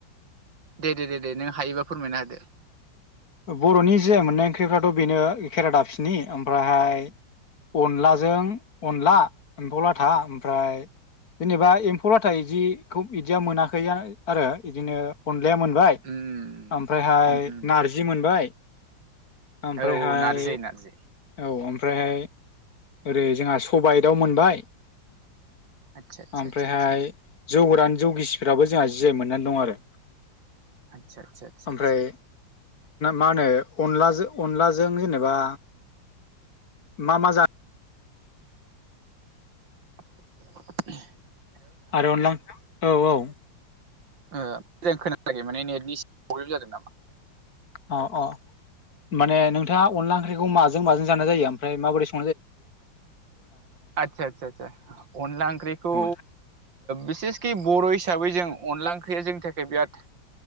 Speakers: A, on the right; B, on the left.
A: दे दे दे दे नों हायोबा फोरमायना होदो।
B: बर'नि जि आइ मोननाय ओंख्रिफ्राथ' बेनो खेरादाबसिनि ओमफ्रायहाय अनलाजों अनला एम्फौ लाथा ओमफ्राय जेनेबा एम्फौब्लाथा इदिखौ इदिया मोनाखै आरो इदिनो अन लाया मोनबाय
A: उम
B: ओमफ्रायहाय
A: उम उम
B: नारजि हाय औमफ्रायहाय
A: औ औ नारजि नारजि
B: औ। ओमफ्रायहाय ओरै जोंहा सबाय दाव मोनबाय।
A: आदसा आदसा
B: ओमफ्रायहाय
A: आदसा
B: जौ गोरान जौ गिसिफोराबो जोंहा जि आइ मोननानै दं आरो।
A: आदसा आदसा आदसा आदसा
B: ओमफ्राय मा होनो अनलाजों अनलाजों जेनेबा मा मा जा
A: <inaudible>
B: आरो अनला औ औ ।
A: ओ मोजां खोनाला माने नेटनिसो प्रब्लेम जादों नामा?
B: अ अ माने नोंथाङा अनला ओंख्रिखौ माजों माजों जानाय जायो ओमफ्राय मबोरै सं
A: आतसा आसा आसा अनला ओंख्रिखौ
B: औ
A: बिसेस खि बर' हिसाबै जों अनला ओंख्रिया जोंनि थाखाय बिराद